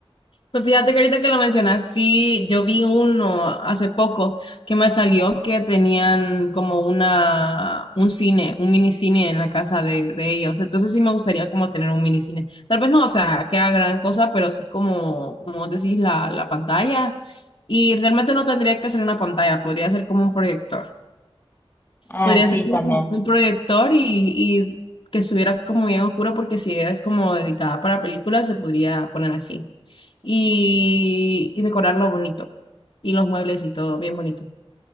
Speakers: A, on the left (about 60°); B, on the left (about 20°).
A: Pues fíjate que ahorita que lo mencionas, sí, yo vi uno hace poco que me salió que tenían como una, un cine, un mini cine en la casa de, de ellos. Entonces sí me gustaría como tener un mini cine. Tal vez no, o sea, que haga gran cosa, pero sí como, como vos decís, la, la pantalla. Y realmente no tendría que ser una pantalla, podría ser como un proyector.
B: Ah,
A: Podría
B: sí,
A: ser como
B: también.
A: un proyector y, y que estuviera como bien oscuro porque si es como dedicada para películas se podría poner así. Y, y decorarlo bonito. Y los muebles y todo bien bonito.